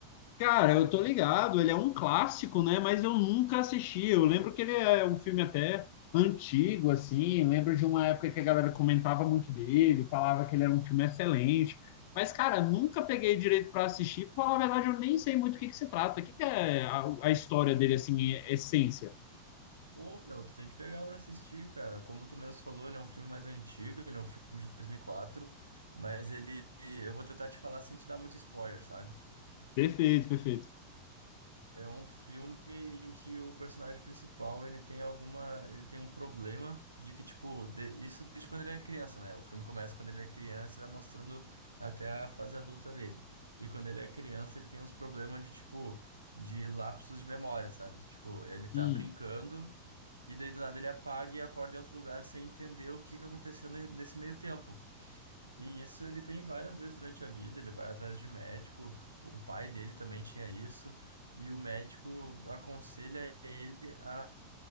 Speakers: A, on the left (about 45°); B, on the right (about 80°).
A: Cara, eu tô ligado, ele é um clássico, né? Mas eu nunca assisti. Eu lembro que ele é um filme até antigo, assim. Lembro de uma época que a galera comentava muito dele, falava que ele era um filme excelente. Mas, cara, nunca peguei direito para assistir. Pra falar a verdade, eu nem sei muito o que que se trata. O que que é a, a história dele, assim, em essência?
B: Pô, meu, tu tem que pegar pra assistir, cara. Como tu mesmo falou, ele é um filme mais antigo, ele é um filme de dois mil e quatro mas ele, eu vou tentar te falar sem te dar muito spoiler, sabe?
A: Perfeito, perfeito.
B: É um filme em que o personagem principal, ele tem alguma, ele tem um problema de que, tipo, de- isso desde quando ele é criança, né? O filme começa quando ele é criança e vai mostrando até a fase adulta dele. E quando ele é criança, ele tem uns problemas de, tipo, de lapsos de memória, sabe? Tipo, ele tá
A: Hum.
B: brincando e daí do nada ele apaga e acorda em outro lugar sem entender o que que aconteceu ne- nesse meio tempo. E isso ele tem várias vezes durante a vida, ele vai atrás de médico, o pai dele também tinha isso, e o médico aconselha ele a,